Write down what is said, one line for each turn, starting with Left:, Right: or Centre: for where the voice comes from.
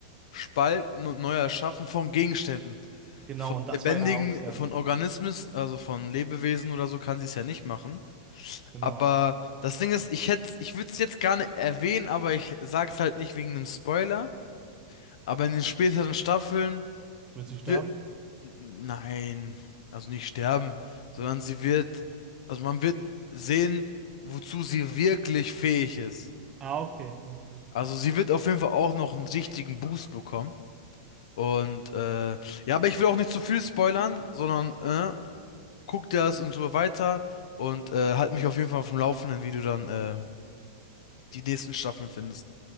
Left: spalten und neu erschaffen von Gegenständen.
Right: Genau,
Left: Von
Right: und das
Left: lebendigen,
Right: war ja auch sehr,
Left: von
Right: sehr spannend.
Left: Organismus, also von Lebewesen oder so, kann sie es ja nicht machen.
Right: Genau.
Left: Aber das Ding ist, ich hätte, ich würde es jetzt gerne erwähnen, aber ich sag's halt nicht wegen einem Spoiler. Aber in den späteren Staffeln
Right: Wird sie sterben?
Left: wird, nein, also nicht sterben, sondern sie wird, also man wird sehen, wozu sie wirklich fähig ist.
Right: Ah, okay, okay.
Left: Also sie wird auf jeden Fall auch noch einen richtigen Boost bekommen. Und äh, ja, aber ich will auch nicht zu viel spoilern, sondern äh, guck dir das und so weiter und äh, halt mich auf jeden Fall auf dem Laufenden, wie du dann äh, die nächsten Staffeln findest.